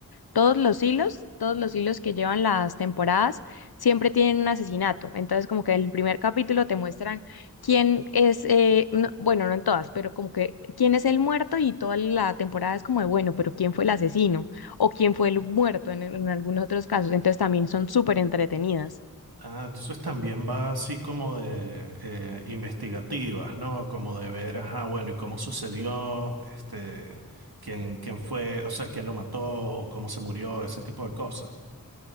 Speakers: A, on the left; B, on the right.
A: todos los hilos, todos los hilos que llevan las temporadas, siempre tienen un asesinato. Entonces, como que en el primer capítulo te muestran quién es, eh, no- bueno, no en todas, pero como que quién es el muerto y toda la temporada es como de, bueno, pero quién fue el asesino o quién fue el muerto en, en algunos otros casos. Entonces, también son súper entretenidas.
B: Ah, entonces también va así como de eh, investigativas, ¿no? Como de ver, ajá, bueno, y cómo sucedió, este, quién, quién fue, o sea, quién lo mató o cómo se murió, ese tipo de cosas.